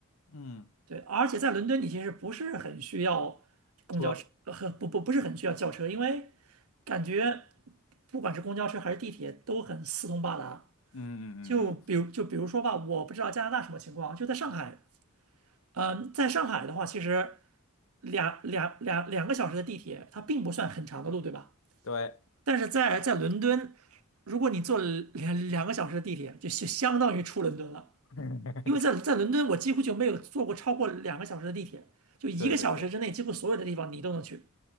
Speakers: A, on the left; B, on the right.
A: 嗯，
B: 对，而且在伦敦你其实不是很需要公交车，
A: 车，
B: 和不不不是很需要轿车，因为感觉不管是公交车还是地铁都很四通八达。
A: 嗯嗯嗯嗯，
B: 就比如就比如说吧，我不知道加拿大什么情况，就在上海，嗯，在上海的话，其实两两两两个小时的地铁，它并不算很长的路，对吧？
A: 对，
B: 但是在在伦敦，如果你坐了两两个小时的地铁，就就相当于出伦敦了。
A: <laughs>
B: 因为在在伦敦，我几乎就没有坐过超过两个小时的地铁，就一个小时之内，
A: 对对对
B: 几乎所有的地方你都能去，